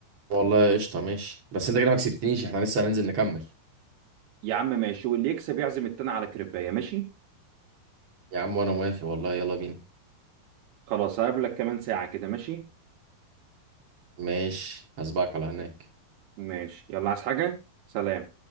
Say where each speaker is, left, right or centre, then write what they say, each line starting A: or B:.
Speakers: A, on the right (about 50°); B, on the right (about 75°).
A: والله قشطة ماشي بس انت كده ما كسبتنيش احنا لسه هننزل نكمل
B: يا عم ماشي واللي يكسب يعزم التاني على كريبايه ماشي
A: يا عم وانا موافق والله يلا بينا
B: خلاص هقابلك كمان ساعه كده ماشي
A: ماشي هسبقك على هناك
B: ماشي يلا عايز حاجه سلام